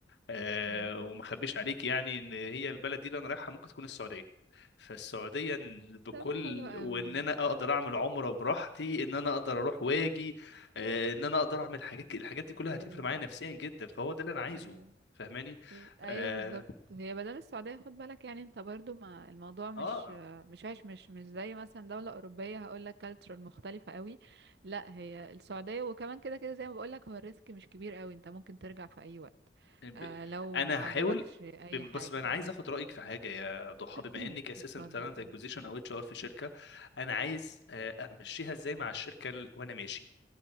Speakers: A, on the left; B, on the right.
A: آه،
B: م.
A: وما اخبيش عليك يعني ان هي البلد دي اللي انا رايحها ممكن تكون السعوديه فالسعوديه إن بكل
B: طب حلو قوي
A: وان انا اقدر اعمل عمره براحتي ان انا اقدر اروح واجي آه، ان انا اقدر اعمل حاجات الحاجات دي كلها
B: ايوه
A: هتفرق معايا نفسيا جدا فهو ده اللي انا عايزه
B: ايوه
A: فاهماني
B: ل- ايوه
A: اه,
B: بالظبط هي بدل السعوديه خد بالك يعني انت برضو ما الموضوع مش
A: آه.
B: مش عايش مش مش زي مثلا دوله اوروبيه هقول لك كالتشر مختلفه قوي لا هي السعوديه وكمان كده كده زي ما بقول لك هو الريسك مش كبير قوي انت ممكن ترجع في اي وقت
A: ب-
B: آه لو
A: انا
B: ما
A: هحاول
B: عجبكش اي
A: بس
B: حاجه
A: انا
B: يعني
A: عايز اخد رايك في حاجه يا ضحى
B: <coughs>
A: بما
B: <clears throat>
A: انك اساسا
B: اتفضل
A: تالنت
B: قولي
A: اكوزيشن او اتش ار في شركه انا عايز آه، امشيها ازاي مع الشركه ال- وانا ماشي